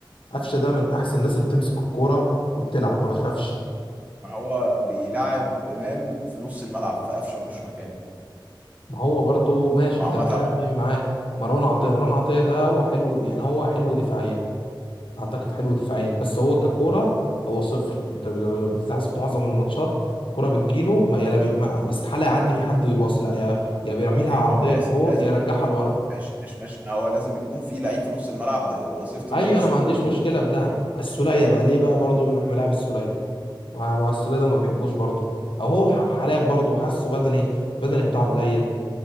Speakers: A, on the left; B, on the right.
A: قفشه ده من احسن الناس اللي بتمسك الكوره وبتلعب ما بتخافش
B: ما هو بيلعب امام في نص الملعب في قفشه ملوش مكان
A: ما هو برضه ماشي
B: وعامه
A: انت بتلعب
B: الحر
A: مين معاه مروان عطيه
B: فاهم
A: مروان عطيه ده هو حلو يعني هو حلو دفاعيا اعتقد حلو دفاعيا بس هو ككوره هو صفر انت لو بتلاحظ في معظم الماتشات الكوره بتجيله ما يلا بي... ما استحاله يعدي من حد ويباص لا يا يا بيعملها
B: ايوه
A: عرضيه
B: ما هو لازم
A: لفوق
B: لازم
A: يا يرجعها
B: يكون
A: لورا
B: ماشي ماشي ماشي ما هو لازم يكون في لعيب في نص الملعب ده- وظيفته
A: ايوه
B: ان هو ديستروير
A: انا ما عنديش مشكله بدعم السوليه
B: فاهم؟
A: بقى ليه بقى برضه يروح ملاعب السوليه مع مع السوليه ده ما بحبوش برضه او هو ح- حالات برضه حاسه بدني بدني بتاعه قليل